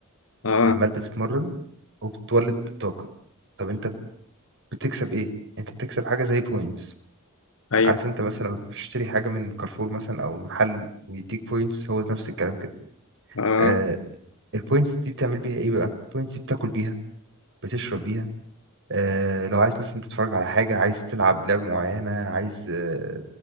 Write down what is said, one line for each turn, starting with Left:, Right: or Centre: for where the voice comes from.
Left: اه
Right: عمال بتتمرن وبتولد طاقه طب انت بتكسب ايه انت بتكسب حاجه زي بوينتس
Left: ايوه
Right: عارف انت مثلا لما تروح تشتري حاجه من كارفور مثلا او محل ويديك بوينتس هو نفس الكلام كده
Left: اه
Right: آه البوينتس دي بتعمل بيها ايه بقى البوينتس دي بتاكل بيها بتشرب بيها آه لو عايز مثلا تتفرج على حاجه عايز تلعب لعبه معينه عايز آه